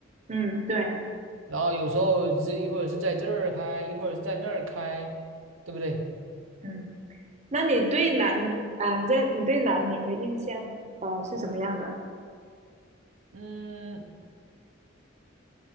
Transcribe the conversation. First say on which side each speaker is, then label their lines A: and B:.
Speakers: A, on the right; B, on the right.
A: 嗯，对，
B: 然后有时候这一会儿是在这儿开，一会儿是在那儿开，对不对？
A: 嗯，那你对南啊，你在你对南宁的印象呃是什么样的？
B: 嗯，